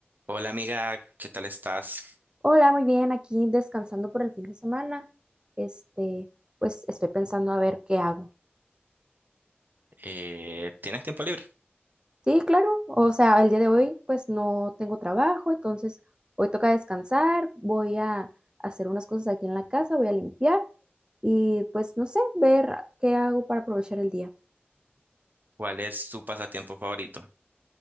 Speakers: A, on the right (about 50°); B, on the right (about 25°).
A: Hola amiga, ¿qué tal estás?
B: Hola, muy bien, aquí descansando por el fin de semana. Este, pues estoy pensando a ver qué hago.
A: Eh, ¿tienes tiempo libre?
B: Sí, claro, o sea, el día de hoy pues no tengo trabajo, entonces hoy toca descansar, voy a hacer unas cosas aquí en la casa, voy a limpiar y pues no sé, ver qué hago para aprovechar el día.
A: ¿Cuál es tu pasatiempo favorito?